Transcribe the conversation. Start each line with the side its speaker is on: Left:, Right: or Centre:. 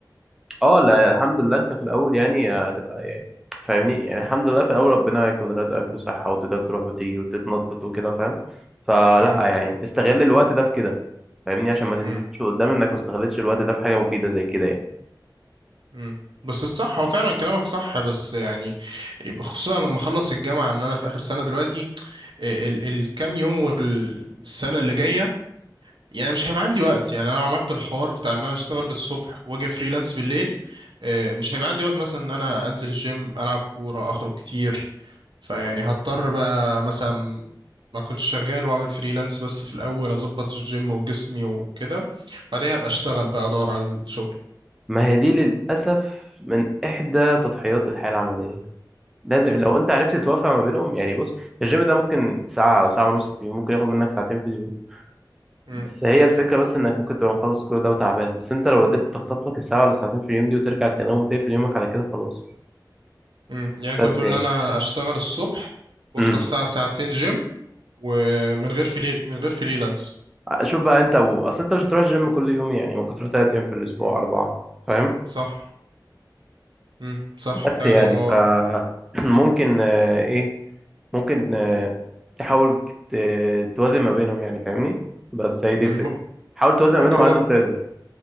Centre: اه لا
Right: مم.
Centre: الحمد لله انت في الاول يعني هتبقى يعني فاهمني يعني الحمد لله في الاول ربنا يكون رزقك بصحة وتقدر تروح وتيجي وتتنطط وكده فاهم فلا
Right: مم.
Centre: يعني استغل الوقت ده في كده فاهمني عشان ما تندمش
Right: مم.
Centre: قدام انك ما استغلتش الوقت ده في حاجة مفيدة زي كده يعني
Right: مم. بس الصح هو فعلا كلامك صح بس يعني خصوصا لما اخلص الجامعة ان انا في اخر سنة دلوقتي ال- ال- الكام يوم والسنة اللي جاية يعني مش هيبقى عندي وقت يعني انا لو عملت الحوار بتاع ان انا اشتغل الصبح واجي فريلانس بالليل آه، مش هيبقى عندي وقت مثلا ان انا انزل الجيم العب كورة اخرج كتير فيعني هضطر بقى مثلا ما كنتش شغال واعمل فريلانس بس في الاول اظبط الجيم وجسمي وكده بعدين هبقى اشتغل بقى ادور على الشغل
Centre: ما هي دي للأسف من إحدى تضحيات الحياة العملية لازم
Right: امم
Centre: لو انت عرفت توافق ما بينهم يعني بص الجيم ده ممكن ساعة او ساعة ونص في اليوم ممكن ياخد منك ساعتين في اليوم
Right: امم
Centre: بس هي الفكرة بس انك ممكن تبقى مخلص كل ده وتعبان بس انت لو قدرت تخطف لك الساعة ولا الساعتين في اليوم دي وترجع تنام وتقفل يومك على كده خلاص
Right: امم يعني انت
Centre: بس
Right: بتقول
Centre: يعني
Right: ان انا اشتغل الصبح واخطف
Centre: امم
Right: ساعة ساعتين جيم ومن غير فري... من غير فريلانس
Centre: شوف بقى انت و... اصل انت مش هتروح الجيم كل يوم يعني ممكن تروح تلات ايام في الاسبوع
Right: مم.
Centre: اربعة فاهم
Right: صح مم. صح
Centre: بس
Right: فعلا
Centre: يعني
Right: هو
Centre: ف <clears throat> ممكن آه، ايه ممكن آه،
Right: مم.
Centre: تحاول ت- توازن ما بينهم يعني فاهمني بس هي دي
Right: مم.
Centre: الفكرة حاول توازن
Right: ممكن
Centre: ما بينهم على
Right: هو
Centre: قد ما تقدر